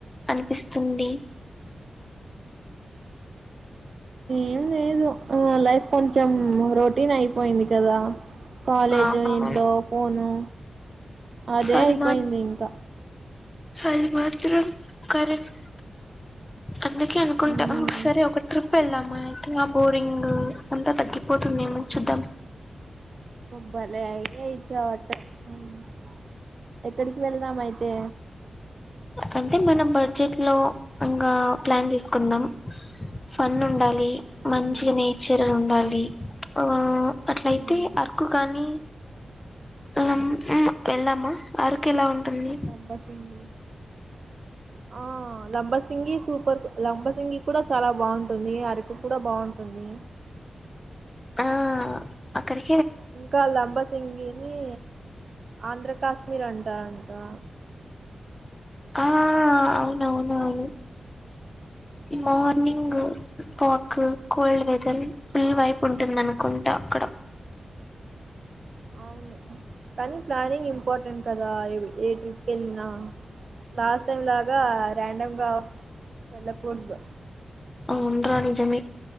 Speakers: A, on the left (about 20°); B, on the right (about 60°).
A: అనిపిస్తుంది
B: ఏం లేదు ఆ లైఫ్ కొంచెం రొటీన్ అయిపోయింది కదా కాలేజు
A: అవును
B: ఇంట్లో ఫోను అదే
A: అది
B: అయిపోయింది.
A: మా
B: ఇంక
A: అది మాత్రం కరెక్ట్. అందుకే అనుకుంట.
B: ఉమ్
A: సరే ఒక ట్రిప్ వెళ్దాం. మనకి ఆ బోరింగ్ అంత తగ్గిపోతుందేమో! చూద్దాం.
B: భలే! ఐడియ ఇచ్చావ్ <unintelligible> ఎక్కడికి వెళ్ దా మయితే
A: అంటే మన బడ్జెట్ లో ఇంకా ప్లాన్ చేసుకుందాం ఫన్ ఉండాలి.
B: ఉమ్
A: మంచిగ నేచర్గ ఉండాలి. ఆఁ అట్లయితే
B: ఉమ్
A: అరకు కానీ, ఊఁ వెళ్దామా? అరకు ఎలా ఉంటుంది?
B: లంబసింగి ఆ లంబసింగి సూపర్! లంబసింగి కూడా చాలా బాగుంటుంది. అరకు కూడా బాగుంటుంది.
A: ఆ అక్కడె.
B: ఇంకా లంబసింగినీ ఆంధ్ర కాశ్మీర్ అంటా దా.
A: ఆహ్! అవునవునవును. ఇ morning.
B: ఉమ్,
A: Pak, cold weather full వైపు ఉంటుందనుకుంటా. అక్కడ
B: అవును కనీ, ప్లానింగ్ ఇంపార్టెంట్. కదా! ఏ ట్రిప్ ఎళ్ళినా లాస్ట్ టైం లాగా, రాండమ్ గా వెళ్ళకూడదు.
A: ఔన్రా నిజమే!